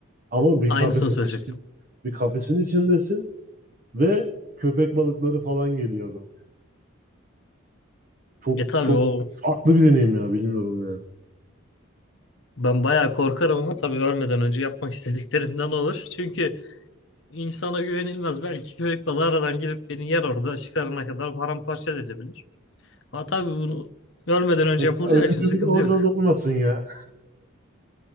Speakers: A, on the right; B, on the left.
A: ama bir
B: Aynısını
A: kafesin
B: söyleyecektim.
A: için, bir kafesin içindesin ve köpek balıkları falan geliyor böyle. Çok
B: E tabii
A: çok
B: o
A: farklı bir deneyim ya bilmiyorum yani.
B: Ben bayağı korkarım ama tabii ölmeden önce yapmak istediklerimden olur. Çünkü insana güvenilmez. Belki köpek balığı aradan gelip beni yer orada çıkarana kadar paramparça da edebilir. Ama tabii bunu ölmeden önce yapılacağı
A: Öyle
B: için
A: bir
B: sıkıntı
A: de orada
B: yok.
A: da olmasın ya.